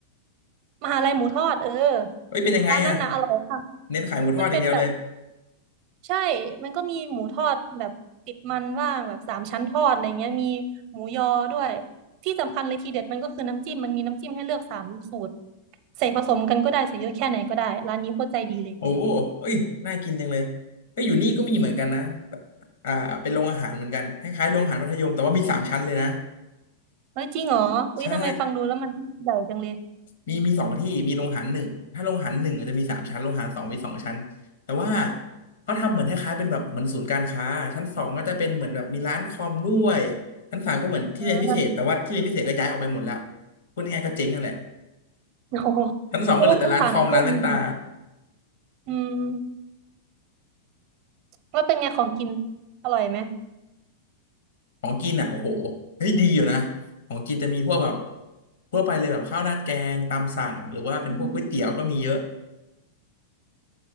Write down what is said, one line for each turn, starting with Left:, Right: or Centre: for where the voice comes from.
Right: มหาลัยหมูทอดเออ
Left: เอ้ยเป็นยังไงอ่ะ
Right: ร้านนั้นนะอร่อยมาก
Left: เน้นขายหมูทอดอย่างเดียวเลย
Right: มันเป็นแบบใช่มันก็มีหมูทอดแบบติดมันว่างแบบสามชั้นทอดอะไรเงี้ยมีหมูยอด้วยที่สำคัญเลยทีเด็ดมันก็คือน้ำจิ้มมันมีน้ำจิ้มให้เลือกสามสูตรใส่ผสมกันก็ได้ใส่เยอะแค่ไหนก็ได้ร้านนี้โคตรใจดีเลย
Left: โอ้โหเอ้ยน่ากินจังเลยเอ้ยอยู่นี่ก็มีเหมือนกันนะอ่าเป็นโรงอาหารเหมือนกันคล้ายๆโรงอาหารมัธยมแต่ว่ามีสามชั้นเลยนะ
Right: เฮ้ยจริงเหรออุ๊ยทำไมฟังดูแล้วมันใหญ่จังเลย
Left: ใช่มีมีสองที่มีโรงอาหารหนึ่งถ้าโรงอาหารหนึ่งอาจจะมีสามชั้นโรงอาหารสองมีสองชั้นแต่ว่าเขาทำเหมือนคล้ายๆเป็นแบบเหมือนศูนย์การค้าชั้นสองก็จะเป็นเหมือนแบบมีร้านคอมด้วยชั้นสามก็เหมือนที่เรียนพิเศษแต่ว่าที่เรียนพิเศษก็ย้ายออกไปหมดแล้ว
Right: อ่า
Left: พูดง่ายๆก็เจ๊งนั่นแหละ
Right: <laughs> โอ้โห
Left: ชั้นสองก็เหลือแต่ร้านคอมร้านแว่นตา
Right: เพราะว่าทั้งสามกุู้เมีดิอืมแล้วเป็นไงของกินอร่อยไหม
Left: ของกินอ่ะโอ้โหเฮ้ยดีอยู่นะของกินจะมีพวกแบบทั่วไปเลยแบบข้าวราดแกงตามสั่งหรือว่าเป็นพวกก๋วยเตี๋ยวก็มีเยอะ
Right: อืม